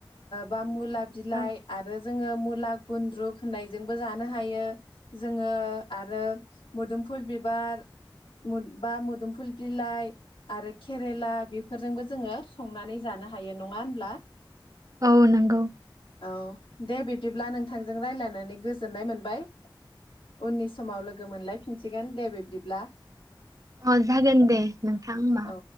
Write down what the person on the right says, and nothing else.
औ
औ नंगौ
अ जागोन दे नोंथां मा